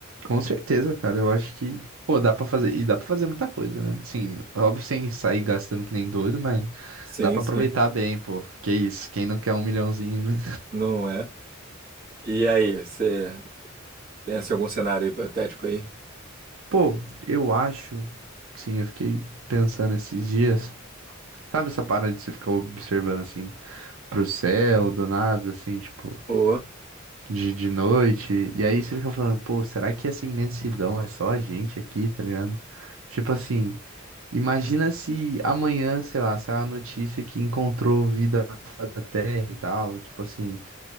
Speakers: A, on the right; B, on the right.
A: Com certeza, cara. Eu acho que, pô, dá pra fazer. E dá pra fazer muita coisa, né? Assim, óbvio, sem sair gastando que nem doido, mas
B: Sim,
A: dá pra
B: sim.
A: aproveitar bem, pô. Que isso, quem não quer um milhãozinho, né?
B: Não é? E aí, você tem assim, algum cenário hipotético aí?
A: Pô, eu acho. Sim, eu fiquei pensando esses dias. Sabe essa parada de você ficar observando, assim, pro céu, do nada, assim, tipo.
B: Ô,
A: de, de noite. E aí você fica falando, pô, será que essa imensidão é só a gente aqui, tá ligado? Tipo assim, imagina se amanhã, sei lá, saiu a notícia que encontrou vida fora da Terra e tal, tipo assim,